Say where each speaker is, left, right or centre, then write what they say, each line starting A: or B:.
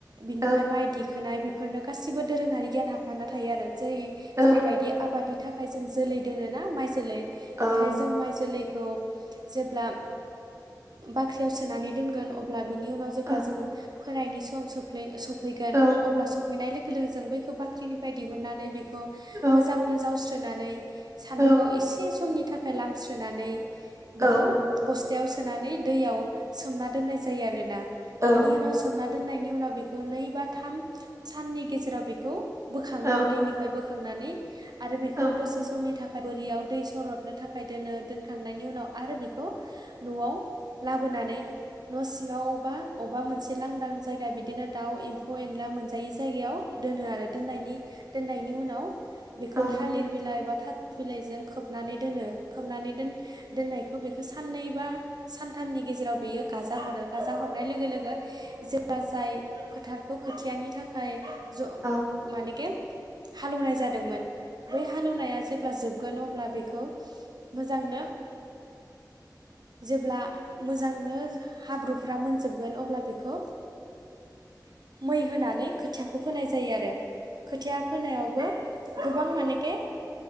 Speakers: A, on the right; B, on the right.
A: बिनिफ्राय
B: औ
A: माइ दिखोनाय बिफोरनो गासिबो दोरोङारि गियान हाबफाना थायो आरो जेरै
B: औ
A: जेरैबायदि आबादनि थाखाय जों जोलै दोनोना माइ जोलै
B: औ
A: बेहाय जों माइ जोलै खौ जेब्ला बाख्रि सोनानै दोनगोन अब्ला बेनि उनाव जेब्ला
B: औ
A: जों फोनायनि सम सोफ्लै सफैगोन
B: औ
A: अब्ला सफैनाय लोगो लोगो जों बखौ बाख्रिनिफ्राय दिहुननानै बेखौ
B: औ
A: मोजांनो जावस्रोनानै सान्दुंङाव
B: औ
A: एसे समनि थाखाय लामस्रोनानै बेखौ
B: औ औ औ
A: बस टायाव सोनानै दैयाव सोमना दोननाय जायो आरोना
B: औ
A: बिनि
B: औ
A: उनाव सोमना दोनायनि उनाव बेखौ नै बा थाम साननि गेजेराव बेखौ बोखाङो
B: औ औ
A: दैनिफ्राय बो खांनानै आरो
B: औ
A: बेखौ दसे
B: औ
A: समनि थाखाय बोरियाव दै सरदनो थाखाय दोनो दोनखांनायनि उनाव आरो बेखौ नआव लाबोनानै न सिङाव बा अबबा मोनसे ए लांदां जायगा बिदिनो दाउ एम्फौ एनला मोनजायै जायगायाव दोनो आरो नि दोननायनि उनाव बेखौ
B: औ
A: थालिर बिलाइ बा था बिलाइजों खोबनानै दोनो खोबनानै दोन-दोननाय बेखौ साननै बा सानथामनि गेजेराव बेयो गाजा हरो गाजा हरनाय लोगो लोगो जेब्ला जाय फोथारखौ खोथियानि थाखाय ज
B: औ
A: मानेगेम हालेवनाय जादोंमोन बै हालेवनाया ज जेब्ला जोबगोन अब्ला बेखौ मोजांनो जेब्ला मोजांनो हाब्रुफ्रा मोनजोबगोन अब्ला बे खौ मै होनानै खोथियाखौ फोनाय जायो आरो खोथिया फोनायावबो गोबां मानेके